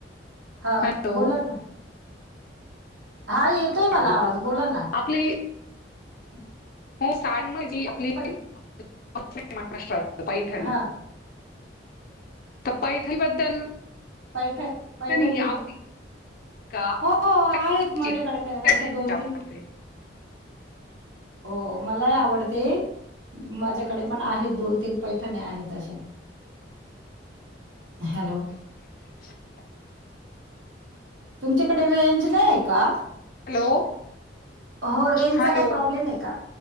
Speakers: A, on the right; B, on the left.
A: हां,
B: हॅलो
A: बोला ना- हां, येतोय मला
B: हा, हा.
A: आवाज, बोला ना.
B: आपली
A: <unintelligible>
B: साहन म्हजी, आपली
A: प
B: ती पश्चिम महाराष्ट्रत पैथणी,
A: हा
B: पैथणी बद्दल
A: पैठ-पैठनिचं.
B: ही आवडती का
A: हो, आहेत
B: कुठल्या
A: माझ्याकडे, अशा
B: डिझाईनची
A: दोन-तीन
B: आवडते
A: हो मला य आवडते, माझ्याकडे पण आहेत, दोन-तीन पैठण्या, आहेत अश्या. हॅलो
B: <inaudible>
A: तुमच्याकडे, रेंज नही ये का?
B: हॅलो?
A: हो, रेंजचा
B: हॅलो
A: काही प्रॉब्लेम ये, का?